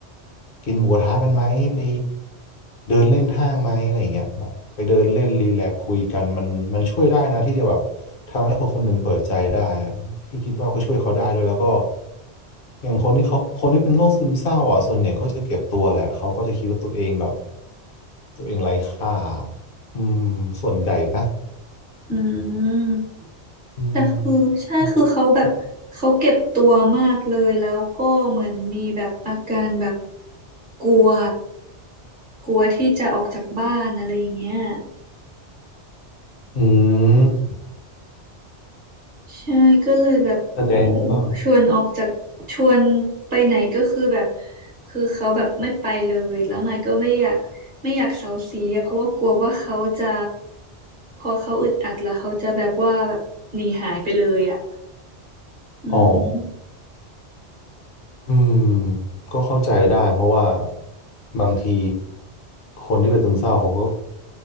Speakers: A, on the left; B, on the right.
A: กินหมูกระทะกันไหมไปเดินเล่นห้างไหมอะไรอย่างเงี้ยแบบไปเดินเล่นรีแลกซ์คุยกันมันมันช่วยได้นะที่จะแบบ ทำให้คนคนหนึ่งเปิดใจได้อะพี่คิดว่าก็ช่วยเขาได้ด้วยแล้วก็อย่างคนที่เขาคนที่เป็นโรคซึมเศร้าอ่ะส่วนใหญ่ก็จะเก็บตัวแหละเขาก็จะคิดว่าตัวเองแบบตัวเองไร้ค่าอืมส่วนใหญ่นะ
B: อืม
A: อืม
B: แต่คือใช่คือเขาแบบเขาเก็บตัวมากเลยแล้วก็เหมือนมีแบบอาการแบบ
A: เนอะเขา
B: กลัวกลัวที่จะออกจากบ้านอะไรอย่างเงี้ย
A: อืม
B: ใช่ก็เลยแบบโอ้
A: แสดงว่า
B: ชวนออกจากชวนไปไหนก็คือแบบคือเขาแบบไม่ไปเลยแล้วไม่ก็ไม่อยากไม่อยากเซาซีอะเพราะว่ากลัวว่าเขาจะพอเขาอึดอัดแล้วเขาจะแบบว่าแบบหนีหายไปเลยอะอืม
A: อ๋ออืมก็เข้าใจได้เพราะว่าบางทีคนที่เป็นซึมเศร้าเขาก็